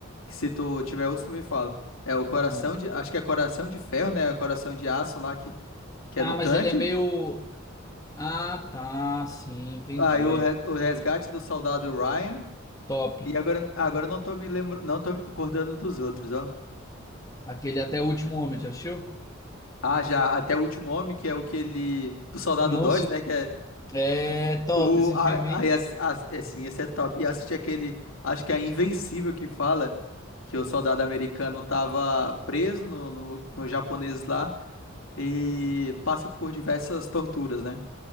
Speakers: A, on the left; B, on the left.
A: que se tu tiver outros, tu me fala. É o Coração
B: Não.
A: de. Acho que é Coração de Ferro, né? Coração de Aço lá, que, que
B: Ah,
A: é no
B: mas
A: tanque.
B: ele é meio... Ah, tá, sim, entendi.
A: Aí o, re- o Resgate do Soldado Ryan.
B: Top.
A: E agora, agora eu não tô me lembrando, não tô me acordando dos outros, ó.
B: Aquele Até o Último Homem, já assistiu?
A: Ah, já, até o último homem, que é o que ele. Do Soldado
B: Não
A: Dois,
B: se.
A: né? Que é.
B: É top
A: O,
B: esse
A: a,
B: filme, hein?
A: aí, ass- ass- é, sim, esse é top. E assisti aquele. Acho que é Invencível que fala que o soldado americano tava preso no, no, no japonês lá e passa por diversas torturas, né?